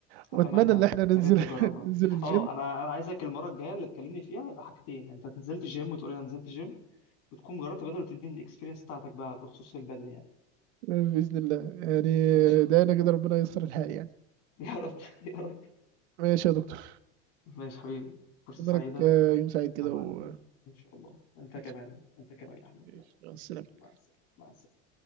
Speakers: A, on the right (about 85°); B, on the left (about 50°).
A: واتمنى
B: اتمنى
A: ان احنا ننزل
B: يا ريت تجربها
A: <laughs> ننزل الجيم
B: اه انا انا عايزك المره الجايه اللي تكلمني فيها يبقى حاجتين انت نزلت جيم وتقول لي انا نزلت جيم وتكون جربت بدل وتديني الاكسبيرينس بتاعتك بقى بخصوص البدل يعني
A: باذن الله يعني
B: ان شاء
A: دعينا
B: الله <laughs>
A: كده ربنا ييسر الحال يعني
B: يا رب يا رب
A: ماشي يا دكتور
B: ماشي حبيبي فرصه
A: اتمنى
B: سعيده
A: لك آه، يوم سعيد كده
B: يا معلم.
A: و
B: ان شاء الله انت
A: ماشي
B: كمان انت كمان يا احمد
A: ماشي.
B: يلا.
A: مع السلامة
B: مع السلامه مع السلامه